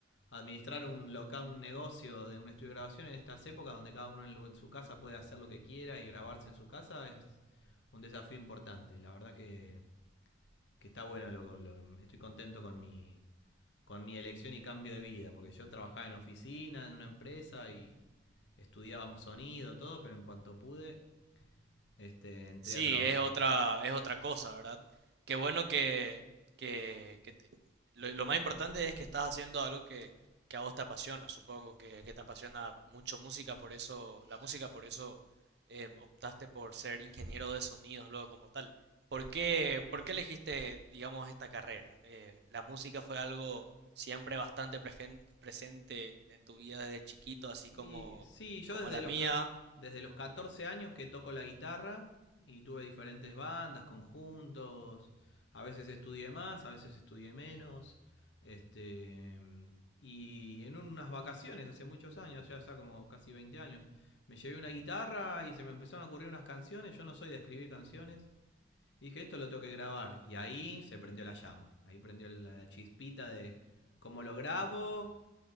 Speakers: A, on the left (about 80°); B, on the right (about 65°).
A: administrar un local, un negocio de un estudio de grabación en estas épocas donde cada uno en, en su casa puede hacer lo que quiera y grabarse en su casa es un desafío importante. La verdad que, que está bueno, lo, lo, estoy contento con mi, con mi elección y cambio de vida, porque yo trabajaba en oficina, en una empresa y estudiaba sonido, todo, pero en cuanto pude, este, entré
B: Sí,
A: a trabajar.
B: es otra, es otra cosa, ¿verdad? Qué bueno que, que, que te- lo, lo más importante es que estás haciendo algo que, que a vos te apasiona, supongo que, que te apasiona mucho música, por eso, la música, por eso eh, optaste por ser ingeniero de sonidos luego como tal. ¿Por qué, por qué elegiste, digamos, esta carrera? Eh, ¿la música fue algo siempre bastante prefen- presente en tu vida desde chiquito, así como,
A: Y sí, yo
B: como
A: desde
B: la mía?
A: los, ca- desde los 14 años que toco la guitarra y tuve diferentes bandas, conjuntos. A veces estudié más, a veces estudié menos. Este, mm, y en unas vacaciones hace muchos años, ya hace como casi 20 años, me llevé una guitarra y se me empezaron a ocurrir unas canciones. Yo no soy de escribir canciones. Y dije, esto lo tengo que grabar. Y ahí se prendió la llama. Ahí prendió la chispita de cómo lo grabo,